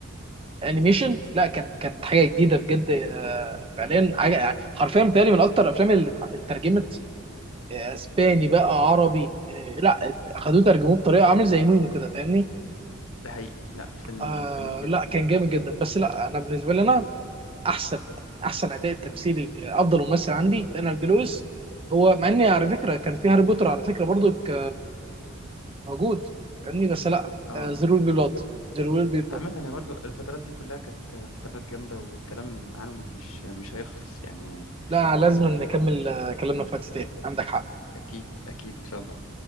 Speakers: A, on the right; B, on the left.
A: الانيميشن لا كان كانت حاجة جديدة بجد آه، فعليا حاجة حرفيا بتهيألي من اكتر الافلام اللي اتح- اترجمت آه، اسباني بقى عربي آه، لا خدوه ترجموه بطريقة عامل زي ميمو كده فاهمني
B: ده حقيقي لا الفيلم
A: آه
B: فيلم جامد
A: لا كان جامد جدا بس لا انا بالنسبة لي انا احسن احسن اداء تمثيلي افضل ممثل عندي دانيال دي لويس هو مع اني على فكره كان في هاري بوتر على فكره برضو ك- موجود فاهمني بس لا
B: اه
A: زيرو بي بلاد زيرو بي بلاد
B: عامة هي برضو الفترات دي كلها كانت فترات جامدة والكلام عنهم مش مش هيخلص يعني
A: لا لازم
B: آه،
A: نكمل آه، كلامنا في وقت تاني عندك حق
B: أكيد أكيد إن شاء الله